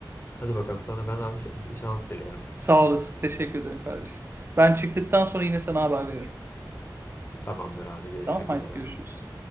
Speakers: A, on the left (about 30°); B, on the right (about 30°).
A: Hadi bakalım sana ben abi ş- şans diliyorum.
B: Sağ olasın. Teşekkür ederim kardeşim. Ben çıktıktan sonra yine sana haber veririm.
A: Tamamdır abi görüşmek
B: Tamam haydi
A: üzere.
B: görüşürüz.